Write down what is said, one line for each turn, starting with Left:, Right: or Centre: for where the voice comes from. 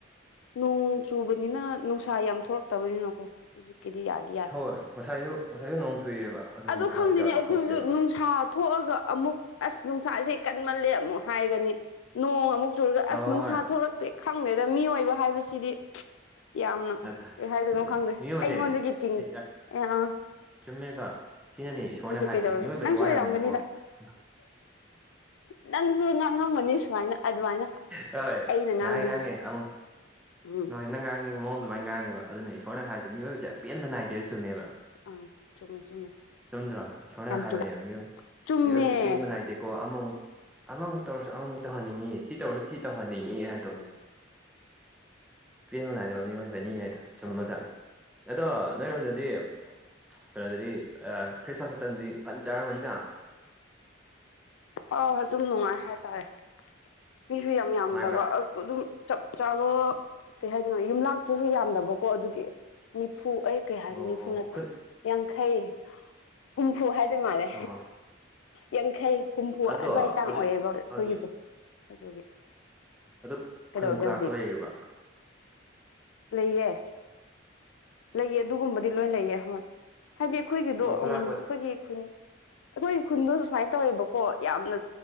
Left: ꯅꯣꯡ ꯆꯨꯕꯅꯤꯅ ꯅꯨꯡꯁꯥ ꯌꯥꯝ ꯊꯣꯛꯣꯔꯛꯇꯕꯅꯤꯅꯀꯣ ꯍꯧꯖꯤꯛꯀꯤꯗꯤ ꯌꯥꯗꯦ
Centre: ꯍꯣꯏ ꯉꯁꯥꯏꯁꯨ ꯉꯁꯥꯏꯁꯨ ꯅꯣꯡ ꯆꯨꯏꯑꯕ ꯑꯗꯨꯅ
Left: ꯑꯗꯣ
Centre: ꯅꯨꯡꯁꯥꯁꯨ
Left: ꯈꯪꯗꯦꯅꯦ
Centre: ꯀꯌꯥ ꯄꯥꯛꯊꯣꯛꯇꯦꯕ
Left: ꯑꯩꯈꯣꯏꯁꯨ ꯅꯨꯡꯁꯥ ꯊꯣꯛꯑꯒ ꯑꯃꯨꯛ ꯑꯁ ꯅꯨꯡꯁꯥꯁꯦ ꯀꯟꯃꯜꯂꯦ ꯑꯃꯨꯛ ꯍꯥꯏꯒꯅꯤ ꯅꯣꯡ ꯑꯃꯨꯛ ꯆꯨꯔꯒ
Centre: ꯍꯣꯏ
Left: ꯑꯁ ꯅꯨꯡꯁꯥ ꯊꯣꯛꯂꯛꯇꯦ ꯈꯪꯗꯦꯗ ꯃꯤꯏꯕ ꯍꯥꯏꯕꯁꯤꯗꯤ ꯌꯥꯝꯅ
Centre: ꯑꯗꯨ
Left: ꯀꯩ ꯍꯥꯏꯗꯣꯏꯅꯣ
Centre: ꯑꯗꯨ
Left: ꯈꯪꯗ꯭ꯔꯦ
Centre: ꯃꯤꯑꯣꯏꯕꯁꯦ
Left: ꯑꯩꯉꯣꯟꯗꯒꯤ ꯆꯤꯡꯅꯤ
Centre: ꯁꯤ
Left: ꯑ
Centre: ꯆꯨꯝꯃꯦꯕ ꯁꯤꯅꯅꯦ ꯏꯁꯣꯔꯅ ꯍꯥꯏꯁꯦ
Left: ꯀꯩꯗꯧꯔꯒꯦ
Centre: ꯃꯤꯑꯣꯏꯕꯕꯁꯤꯦ
Left: ꯅꯪꯁꯨ
Centre: ꯋꯥ
Left: ꯑꯣꯏꯔꯝꯒꯅꯤꯗ
Centre: ꯌꯥꯝꯃꯨꯀꯣ ꯀꯩꯅꯣ
Left: ꯅꯪꯁꯨ ꯉꯥꯡꯉꯝꯃꯅꯤ ꯁꯨꯃꯥꯏꯅ ꯑꯗꯨꯃꯥꯏꯅ
Centre: ꯍꯣꯏ
Left: ꯑꯩꯅ ꯉꯥꯡꯕꯒꯤꯁꯦ
Centre: ꯉꯥꯡꯉꯦ ꯉꯥꯡꯉꯦ ꯑꯃꯨꯛ
Left: ꯎꯝ
Centre: ꯅꯣꯏ ꯅꯪ ꯉꯥꯡꯉꯤꯕ ꯃꯑꯣꯡ ꯑꯗꯨꯃꯅ ꯉꯥꯡꯉꯦꯕ ꯑꯗꯨꯅ ꯏꯁꯣꯔꯅ ꯍꯥꯏꯁꯦ ꯃꯤꯑꯣꯏꯕꯁꯦ ꯑꯄꯦꯟꯕ ꯅꯥꯏꯗꯦꯔ ꯆꯨꯝꯃꯦꯕ
Left: ꯑꯥ ꯆꯨꯝꯃꯦ ꯆꯨꯝꯃꯦ
Centre: ꯆꯨꯝꯗ꯭ꯔꯥ ꯁꯝꯅ
Left: ꯌꯥꯝ
Centre: ꯍꯥꯏꯕꯅꯦꯕꯏ
Left: ꯆꯨꯝꯃꯦ
Centre: ꯃꯤꯑꯣꯏꯕꯕꯁꯤꯦ
Left: ꯆꯨꯝꯃꯦ
Centre: ꯄꯦꯟꯍꯦꯟꯕ ꯅꯥꯏꯗꯦꯀꯣ ꯑꯃꯃ ꯑꯃꯃꯨꯛ ꯇꯧꯔꯁꯨ ꯑꯃꯃꯨꯛ ꯇꯧꯍꯟꯅꯤꯡꯉꯤ ꯁꯤ ꯇꯧꯔꯁꯨ ꯁꯤ ꯇꯧꯍꯟꯅꯤꯡꯉꯦ ꯍꯥꯏꯗꯣ
Left: ꯎꯝ
Centre: ꯄꯦꯟꯕ ꯅꯥꯏꯗꯕ ꯃꯤꯑꯣꯏꯕꯅꯤ ꯍꯥꯏꯗꯣ ꯁꯨꯝ
Left: ꯑꯗꯨꯗꯤ
Centre: ꯃꯆꯥꯥꯅꯤ ꯑꯗꯣ ꯅꯣꯏꯔꯣꯝꯗꯗꯤ ꯀꯩꯅꯣꯗꯨꯗꯤ ꯈ꯭ꯔꯤꯁꯃꯥꯁ ꯃꯇꯝꯗꯨꯗꯤ ꯐꯟ ꯆꯥꯔꯝꯃꯅꯤꯅ
Left: ꯑ ꯑꯗꯨꯝ ꯅꯨꯡꯉꯥꯏ ꯍꯥꯏꯇꯥꯔꯦ ꯃꯤꯁꯨ ꯌꯥꯝ ꯌꯥꯝꯗꯕ
Centre: ꯅꯨꯡꯉꯥꯏꯕ꯭ꯔꯥ
Left: ꯑꯗꯨꯝ ꯆꯞ ꯆꯥꯕ ꯀꯩ ꯍꯥꯏꯗꯣꯏꯅꯣ ꯌꯨꯝꯂꯥꯛꯇꯨꯁꯨ ꯌꯥꯝꯗꯕꯀꯣ ꯑꯗꯨꯒꯤ ꯅꯤꯐꯨ ꯑꯣꯏ ꯀꯩꯌꯥ ꯍꯥꯏꯗꯨ
Centre: ꯑꯣ
Left: ꯅꯤꯐꯨ ꯅꯠꯇꯦ
Centre: ꯈꯨꯟ
Left: ꯌꯥꯡꯈꯩ ꯍꯨꯝꯐꯨ ꯍꯥꯏꯗꯣꯏ ꯃꯥꯜꯂꯦ
Centre: ꯑꯣ
Left: ꯌꯥꯡꯈꯩ ꯍꯨꯝꯐꯨ
Centre: ꯑꯗꯣ
Left: ꯑꯗꯨꯋꯥꯏ ꯆꯥꯡ
Centre: ꯍꯧꯖꯤꯛ
Left: ꯑꯣꯏꯌꯦꯦꯕ ꯑꯩꯈꯣꯏꯒꯤꯗꯣ
Centre: ꯍꯧꯖꯤꯛ
Left: ꯑꯗꯨꯒꯤ
Centre: ꯑꯗꯨ
Left: ꯀꯩꯗꯧꯔꯒꯦ
Centre: ꯈꯨꯟ ꯈꯨꯂꯥꯛꯄ
Left: ꯍꯧꯖꯤꯛ
Centre: ꯂꯩꯔꯤꯕ꯭ꯔꯥ
Left: ꯂꯩꯌꯦ ꯂꯩꯌꯦ ꯑꯗꯨꯒꯨꯝꯕꯗꯤ ꯂꯣꯏ ꯂꯩꯌꯦ ꯍꯣꯏ ꯍꯥꯏꯗꯤ ꯑꯩꯈꯣꯏꯒꯤꯗꯣ
Centre: ꯑꯣ ꯈꯨꯂꯥꯛꯄ
Left: ꯎꯝ ꯑꯩꯈꯣꯏꯒꯤ ꯈꯨꯟ ꯑꯩꯈꯣꯏꯒꯤ ꯈꯨꯟꯗꯣ ꯁꯨꯃꯥꯏꯅ ꯇꯧꯋꯦꯕꯀꯣ ꯌꯥꯝꯅ